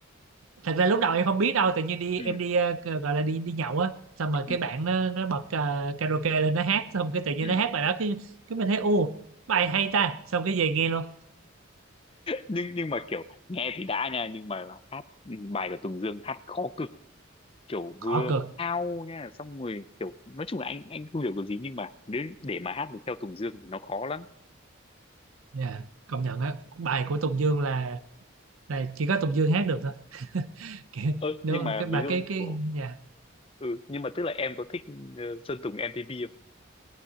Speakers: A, on the right; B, on the left.
A: thật ra lúc đầu em không biết đâu tự nhiên đi
B: Ừ,
A: em đi ờ, g- gọi là đi đi nhậu á xong rồi
B: ừ,
A: cái bạn nó nó bật ờ, karaoke lên nó hát xong cái tự nhiên
B: ừ.
A: nó hát bài đó cái cái mình thấy u bài hay ta xong cái về nghe luôn
B: nhưng nhưng mà kiểu nghe thì đã nha nhưng mà hát bài của Tùng Dương hát khó cực kiểu
A: khó
B: vừa
A: cực
B: cao nha xong rồi kiểu nói chung là anh anh không hiểu cái gì nhưng mà nếu để mà hát được theo Tùng Dương thì nó khó lắm
A: Dạ, công nhận á bài của Tùng Dương là là chỉ có Tùng Dương hát được thôi <laughs> Kiểu,
B: ơ
A: đúng
B: nhưng
A: không?
B: mà
A: cái bà
B: ví dụ
A: cái
B: như
A: cái
B: kiểu
A: dạ
B: ừ, nhưng mà tức là em có thích ờ, Sơn Tùng M-TP không